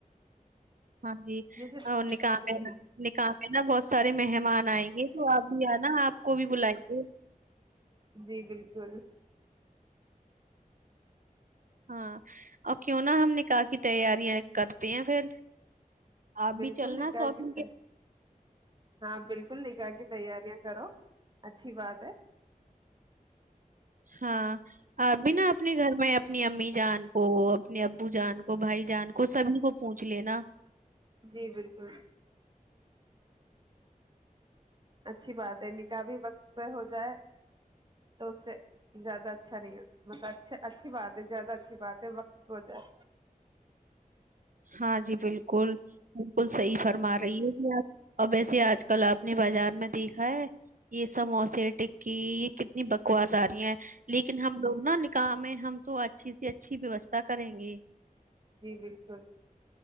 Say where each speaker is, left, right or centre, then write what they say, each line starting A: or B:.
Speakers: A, on the right (about 65°); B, on the right (about 30°).
A: ہاں جی
B: جیسے
A: اور نکح ہے
B: ہ
A: نکح ہے نا بہت سارے مہمان آئیں گے تو آپ بھی آناا آپ کو بھی بلائیے
B: جی بالکل
A: ہاں اور کیوں نہا ہم نکاح کی تیاریاں کرتے ہیں پھر آپ
B: بالکل
A: بھی چلنا
B: دیکھگت
A: شاپنگ کے
B: ہاں بلکل دیکھگ تیاریاں کرو اچھی بات ہے
A: ہاں بنا اپنے گھر میں اپنی امی جان کو اپنے ابو جان کو بھائی جان کو سبھی کو پوچھ لینا
B: جی بالکل اچھی بات ہے نکاح بھی وقت پہ ہو جائے تو اس سے زیادہ اچھا نہیں مطلب اچھا اچھی بات ہے زیادہ اچھی بات ہے وقت پہ ہو جائے
A: ہاں جی بالکل بالکل صحیح فرما رہی ہے ج آپ اور ویسے آج کل آپ نے بازار میں دیکھا ہے یہ سموسے ٹکی یہ کتنی بکواس آ رہی ہیں لیکن ہم لوگ نا نکح ہے ہم تو اچھی سی اچھی ویوستھا کریں گے
B: جی بالکل